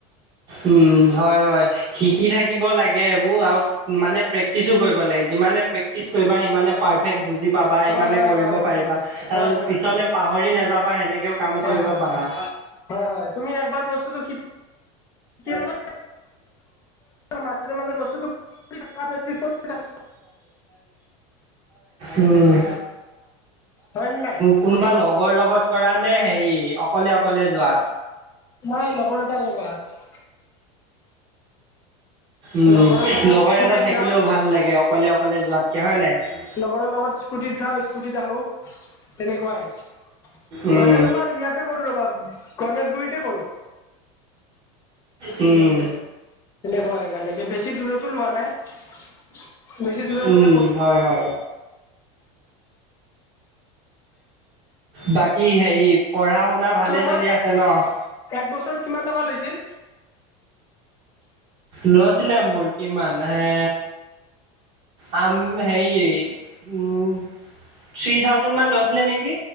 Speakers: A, on the right; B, on the left.
A: উম, হয়- হয় শিকি থাকিব লাগে এইবোৰ আৰু মানে প্ৰেক্টিচো কৰিব লাগে যিমানে প্ৰেক্টিচ কৰিবা সিমানে পা পাৰফেক্ট বুজি পাবা সিমানে
B: হয় হয়
A: কৰিব
B: হয় হয়
A: পাৰিবা
B: হয়
A: আৰু
B: হয়
A: পিছলে
B: হয় হয়
A: পাহৰি নাযাবা এনেকে কাম
B: হয়
A: কৰিব
B: হয়
A: পাৰা।
B: হয় হয় হয় তুমি একবাৰ বস্তুটো শিকিলা
A: <unintelligible>
B: মাজে মাজে বস্তুটো প্ৰেক্টিচ কৰি থাকা
A: উম-উম।
B: হয় নে নাই
A: কোনোবা লগৰ লগত কৰা নে হেৰি অকলে-অকলে যোৱা।
B: নাই লগৰ এটাৰ <unintelligible>
A: উম,
B: লগৰৰ লগত
A: লগৰ
B: স্কুটিত
A: এটা থাকিলেও
B: যাওঁ
A: ভাল লাগে অকলে-অকলে যোৱাতকে হয় নাই।
B: লগৰ লগত স্কুটিত যাওঁ স্কুটিত আহোঁ তেনেকুৱাই।
A: উম,
B: মানে তোমাৰ ইয়াতে কৰোঁ ৰবা গণেশগুৰিতে কৰোঁ।
A: উম
B: তেনেকুৱাই মানে বেছি দূৰতো লোৱা নাই। বেছি দূৰত
A: উম,
B: হলে
A: হয়-হয়। বাকী হেৰি পঢ়া শুনা ভালে
B: তোমাৰ
A: চলি
B: এক
A: আছে ন'?
B: বছৰত কিমান টকা লৈছিল
A: লৈছিলে মোৰ কিমান হে আম হেৰি উম থ্ৰী থাউজেণ্ড মান লৈছিলে নেকি